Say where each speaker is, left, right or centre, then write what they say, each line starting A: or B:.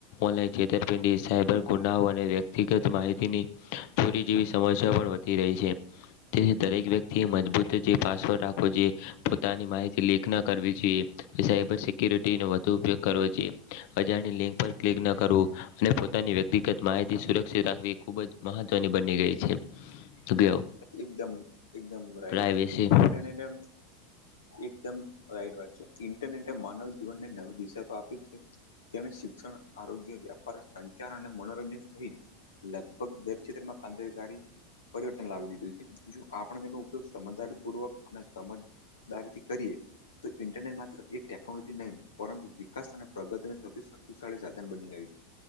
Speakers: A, on the left (about 60°); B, on the left (about 80°).
A: ઓનલાઈન છેતરપિંડી સાયબર ગુનાઓ અને વ્યક્ગત માહિતીની ચોરી જેવી સમસ્યા પણ વધી રહી છે. તેથી દરેક વ્યક્તિ એ મજબૂત જે પાસવર્ડ રાખવો જોઈએ. પોતાની માહિતી લેખ ના કરવી જોઈએ. સાબર સિકુરિટી નો વધુ ઉપયોગ કરવો જોઈએ અજાણ લિંક પર ક્લિક ન કરવ અને પોની વ્યક્તિગત માહિતી સુરક્ષિત રાખવી ખુબ જ મહત્વની બની ગઈ છે. અગિયાર
B: એકદમ એકદમ રાઈટ
A: પ્રાઇવેસી
B: <inaudible> એકદમ રાઈટ વાત છે ઇન્ટરનેટે માનવ જીવનને નવી દિશા તો આપી જ છે. તેને શિક્ષણ આરોગ્ય વ્યાપાર સંચાર અને મનોરંજન સહિત લગભગ દર ક્ષેત્રમાં કાંતિકી લાવી દીધું છે જો આપણે તેનો ઉપયોગ સમજદારી પૂર્વક અને સમજદારી થી કરીએ તો ઇન્ટરનેટ માત્ર એક ટેકનોલોજી નહીં પરંતુ વિકાસ અને પ્રગતિને સૌથી ાળ સાધન બની ગ આવી છે